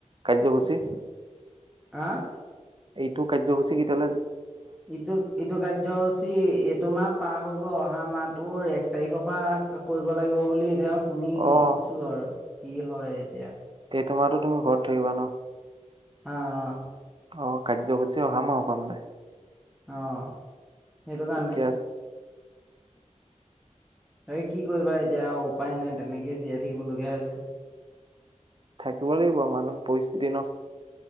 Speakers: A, on the right (about 40°); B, in the centre.
A: কাৰ্যসূচী
B: আহ।
A: এইটো কাৰ্যসূচী কেতিয়াহ'লে
B: ইটো ইটো কাৰ্যসূচী এইটো মাপ পাৰ হৈ গ'ল অহা মাহটোৰ এক তাৰিখৰ পৰা কৰিব লাগিব বুলি এতিয়া শুনিছো
A: অ
B: আৰু কি হয় এতিয়া।
A: তোমাৰো তুমি ঘৰত থাকিবা ন'।
B: অ', অ'।
A: অ', কাৰ্যসূচী অহা মাহৰ পা বোলে।
B: অ', সেইটো কাৰণে।
A: ঠিকে আছে।
B: এই কি কৰিবা এতিয়া উপায় নাই তেনেকেই জীয়াই থাকিব লগীয়া হৈছে।
A: থাকিব লাগিব মানুহ পৰিস্হিতি নহ।